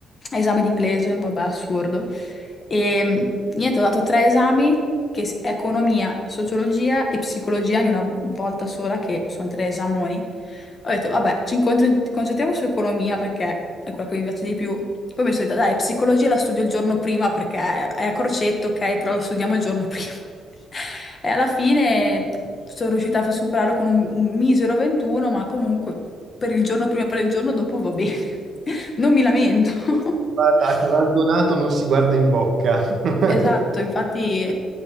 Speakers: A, on the left; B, on the right.
A: esame di inglese, vabbè assurdo. E mm, niente, ho dato tre esami che s- è economia, sociologia e psicologia in una volta sola, che sono tre esami. Ho detto, vabbè, ci incontro- concentriamo su economia perché è quella che mi piace di più. Poi mi sono detta, dai, psicologia la studio il giorno prima perché è a crocetto, ok, però la studiamo il giorno prima. <laughs> E alla fine sono riuscita a superarlo con un, un misero 21, ma comunque per il giorno prima e per il giorno dopo va bene. <laughs> Non mi lamento.
B: si
A: <laughs>
B: Guarda, a Cavaldonato non si guarda in bocca. <laughs>
A: Esatto, infatti,